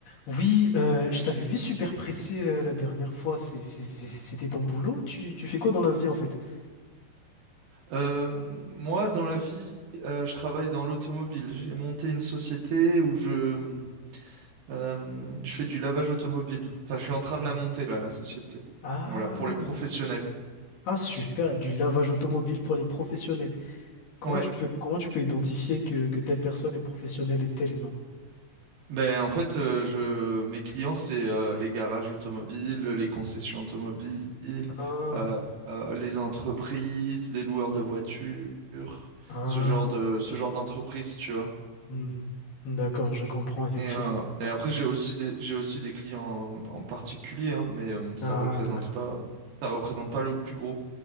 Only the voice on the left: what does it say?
Oui, euh, je t'avais vu super pressé euh, la dernière fois. C'est- c'est- c'est- C'était ton boulot? Tu, tu fais quoi dans la vie en fait?
Hein
Ah,
ah super, du lavage automobile pour les professionnels. Comment
tu peux, comment tu peux identifier que, que telle personne est professionnelle et telle non?
Ah,
ah,
mhm. D'accord, je comprends effectivement.
Ah,
d'accord.